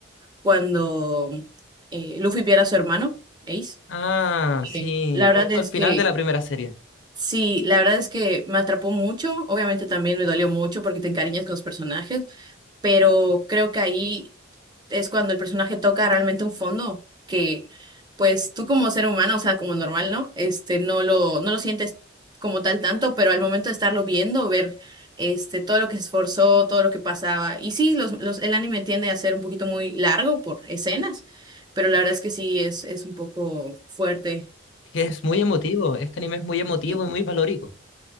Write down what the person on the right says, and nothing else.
cuando eh, Luffy pierde a su hermano, Ace
que
La verdad
es
que
sí, la verdad es que me atrapó mucho. Obviamente también me dolió mucho porque te encariñas con los personajes, pero creo que ahí es cuando el personaje toca realmente un fondo que, pues tú como ser humano, o sea, como normal, ¿no? Este, no lo, no lo sientes como tal tanto, pero al momento de estarlo viendo, ver este, todo lo que se esforzó, todo lo que pasaba. Y sí, los, los, el anime tiende a ser un poquito muy largo por escenas, pero la verdad es que sí es, es un poco fuerte.
E-